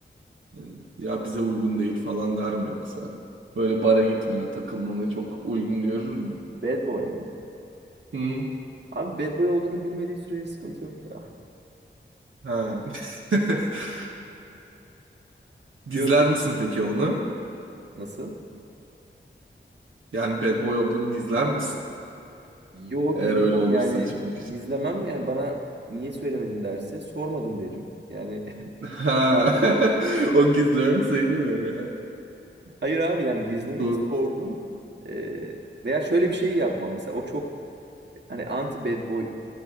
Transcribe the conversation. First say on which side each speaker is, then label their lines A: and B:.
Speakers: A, on the right (about 80°); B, on the right (about 60°).
A: Ee, Ya bize uygun değil falan der mi yoksa? Böyle bara gitmene, takılmanı çok uygun görür mü?
B: Bad boy mu?
A: Hı hı.
B: Abi bad boy olduğunu bilmediği sürece sıkıntı yok ya.
A: Ha. <laughs> Gizler
B: Yok yok.
A: misin peki onu?
B: Nasıl?
A: Yani bad boy olduğunu gizler misin?
B: Yo
A: Eğer
B: gizlemem
A: öyle olursa
B: yani
A: çıkmak
B: gizlemem
A: için.
B: yani bana niye söylemedin derse sormadın derim. Yani
A: Ha. <laughs> O gizlemek sayılmıyor mu ya?
B: Hayır abi yani gizlemek
A: Doğru.
B: sordun Ee, veya şöyle bir şey yapmam mesela o çok hani anti bad boy